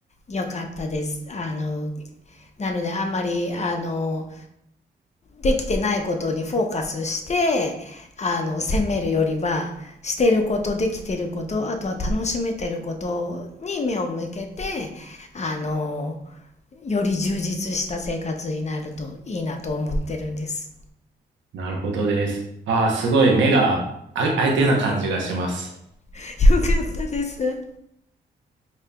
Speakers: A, on the left (about 35°); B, on the right (about 80°).
A: よかったですあのなのであんまりあのできてないことにフォーカスしてあの責めるよりはしてることできてることあとは楽しめてることに目を向けてあのより充実した生活になるといいなと思ってるんです。
B: なるほどです。ああ、すごい目があ開いたような感じがします。
A: <laughs> よかったです。